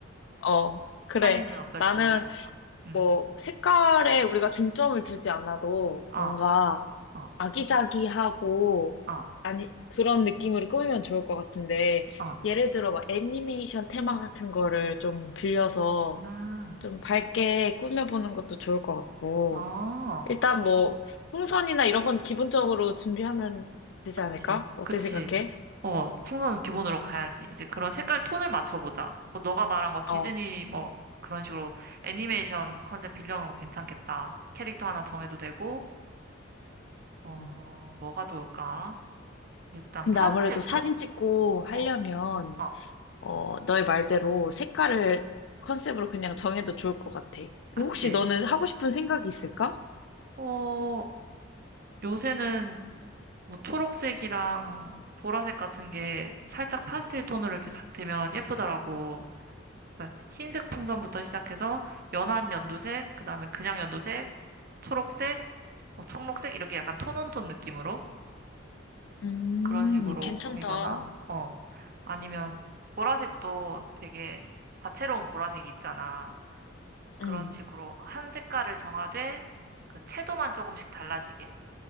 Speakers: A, on the left; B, on the right.
A: 어, 그래.
B: 한이는 어떨지
A: 나는
B: 모르겠지만. 응.
A: 뭐 색깔에 우리가 중점을 두지 않아도
B: 어,
A: 뭔가
B: 어,
A: 아기자기하고,
B: 어,
A: 아니, 그런 느낌으로 꾸미면 좋을 것 같은데,
B: 어, 어.
A: 예를 들어 막 애니메이션 테마 같은 거를 좀 빌려서
B: 아,
A: 좀 밝게 꾸며보는 것도 좋을 것 같고,
B: 어.
A: 일단 뭐, 풍선이나 이런 건 기본적으로 준비하면 되지
B: 그치,
A: 않을까? 어떻게
B: 그치.
A: 생각해?
B: 어, 풍선은 기본으로 가야지. 이제 그런 색깔 톤을 맞춰보자. 어, 너가 말한 거 디즈니
A: 어.
B: 뭐 그런 식으로 애니메이션 컨셉 빌려오는 거 괜찮겠다. 캐릭터 하나 정해도 되고, 어,
A: 음.
B: 뭐가 좋을까? 일단
A: 근데
B: 파스텔
A: 아무래도
B: 톤?
A: 사진 찍고 하려면,
B: 어, 어,
A: 어, 너의 말대로 색깔을 컨셉으로 그냥 정해도 좋을 것 같아. 그럼
B: 그치.
A: 혹시 너는 하고 싶은 생각이 있을까?
B: 어, 요새는 뭐 초록색이랑 보라색 같은 게 살짝 파스텔 톤으로 이렇게 싹 되면 예쁘더라고. 그러니까 흰색 풍선부터 시작해서 연한 연두색, 그다음에 그냥 연두색, 초록색, 뭐 청록색 이렇게 약간 톤온톤 느낌으로
A: 음,
B: 그런 식으로
A: 괜찮다.
B: 꾸미거나 어 아니면 보라색도 되게 다채로운 보라색이 있잖아. 그런
A: 음,
B: 식으로 한 색깔을 정하되 그 채도만 조금씩 달라지게